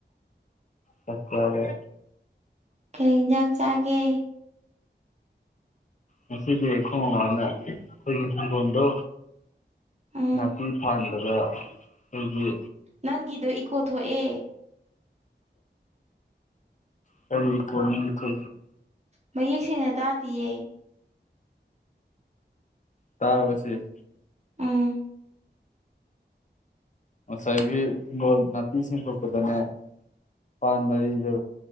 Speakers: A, on the left; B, on the right.
A: ꯐꯁꯂꯔꯦ
B: ꯀꯩ ꯌꯦꯟꯁꯥꯡ ꯆꯥꯒꯦ
A: ꯉꯁꯤꯗꯤ ꯈꯣꯡꯅꯦ ꯑꯩꯈꯣꯏꯒꯤ ꯍꯪꯒꯣꯝꯗꯣ
B: ꯎꯝ
A: ꯅꯥꯄꯤ ꯐꯟꯥꯟꯕꯗ ꯑꯩꯈꯣꯏꯒꯤ
B: ꯅꯪꯒꯤꯗꯣ ꯏꯀꯣ ꯊꯣꯛꯑꯦ
A: ꯀꯔꯤ ꯀꯦ
B: ꯃꯌꯦꯛ ꯁꯦꯡꯅ ꯇꯥꯗꯤꯌꯦ
A: ꯇꯥꯕꯁꯤ
B: ꯎꯝ
A: ꯉꯁꯥꯏꯒꯤ ꯍꯤꯡꯒꯣꯜ ꯅꯥꯄꯤꯁꯤꯡ ꯄꯣꯛꯄꯗꯅꯦ ꯄꯥꯟ ꯃꯔꯤꯗ